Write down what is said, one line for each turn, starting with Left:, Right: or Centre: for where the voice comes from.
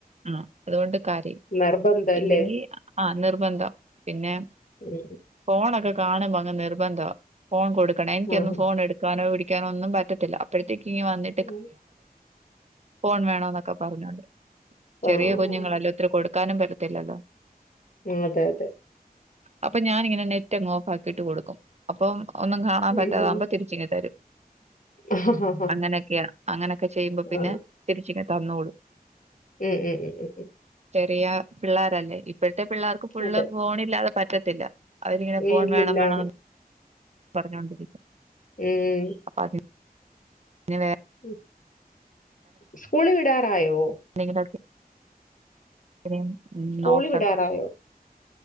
Right: ആഹ് അതുകൊണ്ട് കാരയും
Left: നിർബന്ധം അല്ലേ
Right: ഇല്ലെങ്കിൽ ആഹ് നിർബന്ധം പിന്നെ
Left: ഉം
Right: ഫോണൊക്കെ കാണുമ്പോ അങ്ങ് നിർബന്ധ ഫോൺ കൊടുക്കണെ എനിക്കൊന്ന്
Left: ആഹ്
Right: ഫോൺ എടുക്ക് ക്കാനോ പിടിക്കാനോ ഒന്നും പറ്റത്തില്ല അപ്പോഴത്തേക്കി ങ്ങ് വന്നി
Left: ഉം.
Right: ഫോൺ വേണോന്നൊക്കെ പറഞ്ഞോണ്ട് ചെറിയ
Left: ആഹ്
Right: കുഞ്ഞുങ്ങളല്ലേ ഒത്തിരി കൊടുക്കാനും പറ്റത്തില്ലല്ലോ.
Left: ഉം അതെ അതെ..
Right: അപ്പം ഞാനിങ്ങനെ നെറ്റ് അങ്ങ് ഓഫ് ആക്കിട്ട് കൊടുക്കും അപ്പം ഒന്നും കാണാൻ
Left: ഉം
Right: പറ്റാതാമ്പോം
Left: ഉം
Right: തിരിച്ചിങ്ങി തരും
Left: ആ ഹാ ഹാ
Right: അങ്ങനൊക്കെയ
Left: ഹാ.
Right: അങ്ങനെ ക്കെ ചെയ്യുമ്പോ പിന്നെ
Left: ആ.
Right: തിരിച്ച് ഇങ്ങ് തന്നോളും.
Left: ഉം ഉം ഉം..
Right: ചെറിയ പിള്ളേരല്ലേ ഇപ്പഴത്തെ പിള്ളേർക്ക് ഫുള്ള്
Left: അതെ
Right: ഫോണ്ഇല്ലാതെ പറ്റത്തില്ല. അവരിങ്ങനെ
Left: വീട്ടിലില്ലാണ്
Right: ഫോൺ വേണം വേണം പറഞ്ഞൊണ്ടിരിക്കും.
Left: ഉംഉംഉം...
Right: ആദ്യാം.. ഇഞ്ഞിവേ
Left: ഉം സ്കൂളി വിടാറായോ?
Right: നികിടൊകെ ഇതരിം ഉം
Left: സ്കൂളിൽ
Right: നോക്കണം..
Left: വിടാറായോ